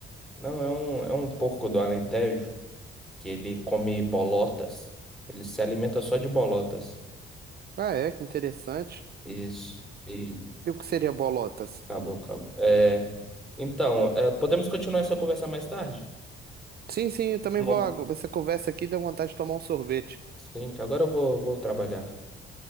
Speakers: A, in the centre; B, on the right.
A: Não, é um, é um porco do Alentejo que ele come bolotas. Ele se alimenta só de bolotas.
B: Ah, é, que interessante.
A: Isso. E
B: E o que seria bolotas?
A: acabou, acabou. É, então, é, podemos continuar essa conversa mais tarde?
B: Sim, sim, eu também
A: Mom-
B: vou. ag- Essa conversa aqui deu vontade de tomar um sorvete.
A: Sim, que agora eu vou, vou trabalhar.